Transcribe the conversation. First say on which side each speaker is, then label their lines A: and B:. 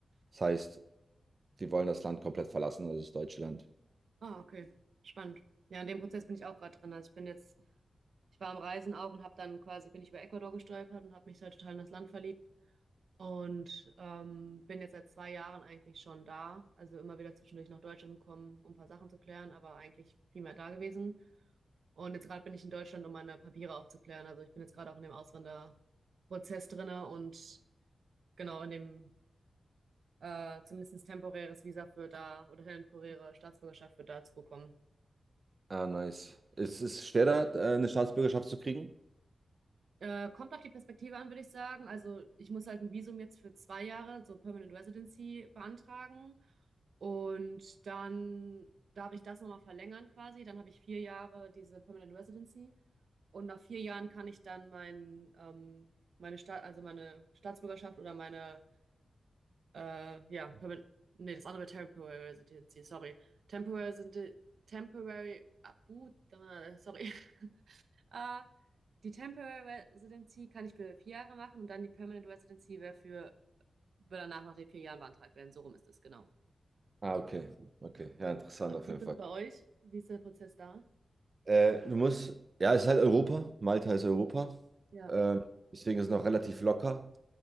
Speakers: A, on the right (about 40°); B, on the right (about 80°).
A: Das heißt, wir wollen das Land komplett verlassen, also das deutsche Land.
B: Ah, okay. Spannend. Ja, in dem Prozess bin ich auch gerade drin. Also ich bin jetzt ich war am Reisen auch und habe dann quasi, bin ich über Ecuador gestolpert und habe mich halt total in das Land verliebt und ähm, bin jetzt seit zwei Jahren eigentlich schon da. Also immer wieder zwischendurch nach Deutschland gekommen, um ein paar Sachen zu klären, aber eigentlich primär da gewesen. Und jetzt gerade bin ich in Deutschland, um meine Papiere auch zu klären. Also ich bin jetzt gerade auch in dem Auswanderprozess drinne und genau in dem äh, zumindest temporäres Visa für da oder temporäre Staatsbürgerschaft für da zu bekommen.
A: Ah, nice. Ist es schwer, da äh, eine Staatsbürgerschaft zu kriegen?
B: Äh, kommt auf die Perspektive an, würde ich sagen. Also ich muss halt ein Visum jetzt für zwei Jahre, so Permanent Residency, beantragen. Und dann darf ich das nochmal verlängern quasi. Dann habe ich vier Jahre diese Permanent Residency. Und nach vier Jahren kann ich dann mein, ähm, meine Staat, also meine Staatsbürgerschaft oder meine, äh, ja, Permanent, nee, das andere wäre Temporary Residency, sorry. Temporary, Residen- Temporary, abu, äh, sorry. <laughs> Ah, die Temporary Residency kann ich für vier Jahre machen und dann die Permanent Residency wäre für, würde danach nach den vier Jahren beantragt werden. So rum ist es, genau.
A: Ah, okay. Okay. Ja, interessant
B: Wie
A: auf jeden
B: ist
A: Fall.
B: es bei euch? Wie ist der Prozess da?
A: Äh, du musst, ja, es ist halt Europa. Malta ist Europa.
B: Ja,
A: Ähm, deswegen ist es noch relativ locker.